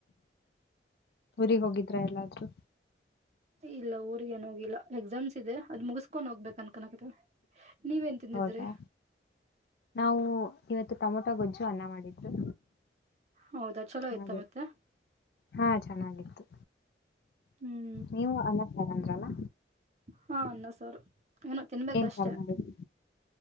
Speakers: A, on the left; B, on the right.
A: ಊರಿಗ್ ಹೋಗಿದ್ರಾ ಎಲ್ಲಾದ್ರೂ?
B: ಇಲ್ಲ ಊರ್ಗ್ ಏನ್ ಹೋಗಿಲ್ಲ ಎಕ್ಸಾಮ್ಸ್ ಇದೆ, ಅದ್ ಮುಗಿಸ್ಕೊಂಡ್ ಹೋಗ್ಬೇಕ ಅನ್ಕನಕತಿವಿ ನೀವೇನ್ ತಿಂದಿದ್ರಿ
A: ಹೌದಾ ನಾವು ಇವತ್ತು ಟೊಮೊಟೊ ಗೊಜ್ಜು ಅನ್ನ ಮಾಡಿದ್ರು.
B: ಹೌದಾ ಚಲೋ ಆಯ್ತ
A: ಹಾಗೆ
B: ಮತ್ತೆ?
A: ಹಾ ಚೆನ್ನಾಗಿತ್ತು
B: ಹ್ಮ್
A: ನೀವು ಅನ್ನಸಾರಂದ್ರಲ್ಲ?
B: ಹಾಂ ಅನ್ನ ಸಾರು ಏನೊ ತಿನ್ಬೇಕಷ್ಟೆ,
A: ಸಾರ್ ಮಾಡಿದ್ರು